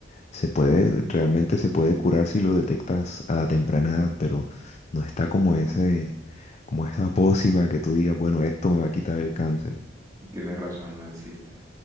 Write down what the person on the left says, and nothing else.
se puede, realmente se puede curar si lo detectas a temprana edad, pero no está como ese, como esa pócima que tú digas, bueno, esto me va a quitar el cáncer,